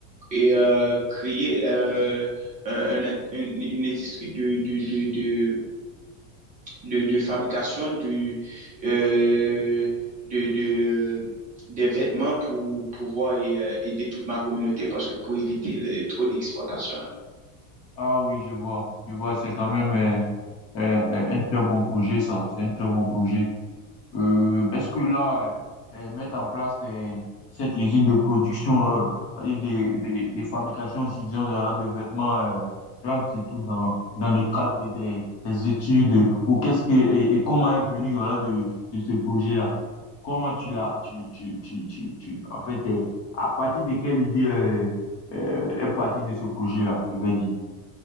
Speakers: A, on the right; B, on the left.
A: et euh, créer euh, un, un- une, une industrie de, de, de, de, de, de fabrication de, euh, de, de, des vêtements pour pouvoir et, euh, aider toute ma communauté parce que pour éviter le- trop d'exportation.
B: Ah oui, je vois, je vois, c'est quand même euh, euh, euh, un très bon projet, ça. C'est un très bon projet. Euh, parce que là, euh, euh, mettre en place des- cette usine de production, euh, et des, des, des fabrications, si disons, de, de vêtements, euh, rentre surtout dans, dans le cadre des, des, des études, ou qu'est-ce que, et, et comment est venu, voilà, de, de ce projet-là? Comment tu l'as, tu, tu, tu, tu, tu, en fait, euh, à partir de quelle idée, euh, euh, est partie de ce projet-là, je vais dire.